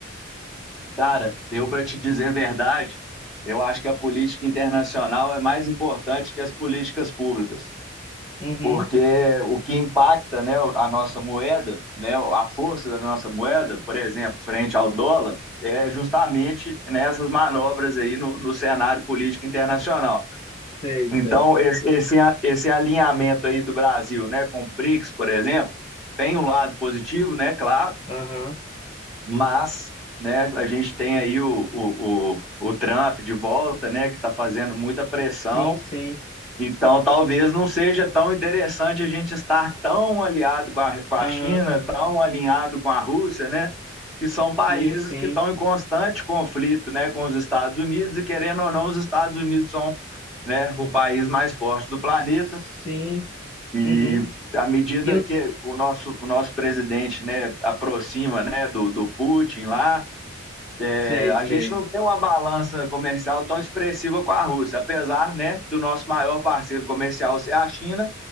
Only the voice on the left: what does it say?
Uhum,
sei,
sei.
Aham,
sim, sim.
Aham,
sim, sim.
Sim.
Uhum.
E eu
sei,
sei.